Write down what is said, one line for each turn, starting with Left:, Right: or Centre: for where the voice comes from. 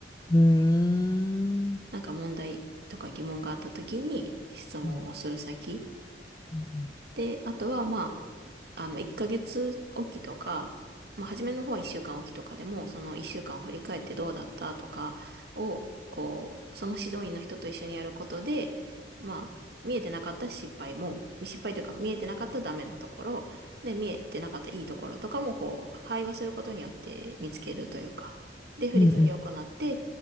Left: うーん、
Right: なんか問題とか疑問があった時に質問をする先
Left: うん、うん、
Right: で、あとは、まあ、あの、1ヶ月おきとか、まあ、初めの方は1週間おきとかでも、その1週間を振り返ってどうだったとかを、こう、その指導員の人と一緒にやることで、まあ、見えてなかった失敗も、失敗というか見えてなかったダメなところ、で、見えてなかったいいところとかも、こう、会話することによって見つけるというか、で、振り返りを行って、
Left: うん、